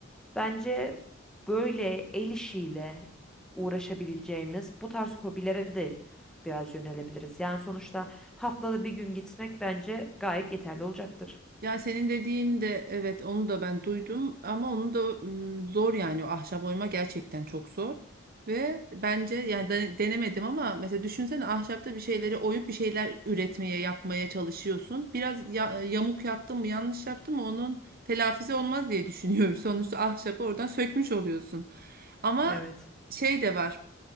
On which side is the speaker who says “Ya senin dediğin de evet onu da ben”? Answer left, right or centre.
Right